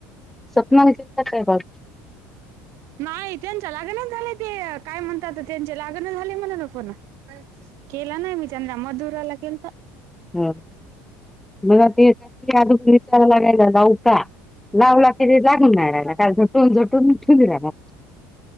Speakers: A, in the centre; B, on the right.
A: स्पना घ का काय बाघ
B: नाही त्यांच्या लागनच झाले ते काय म्हणतात त्यांची लागणच झाली मला न फोन केला नाही मी त्यांंद्र मधुराला केल तर.
A: ह मला तेून विचारयलागेयला जाऊका. लावला कि ते जागून नाही राहियला का झटून झटून ठ राहिला.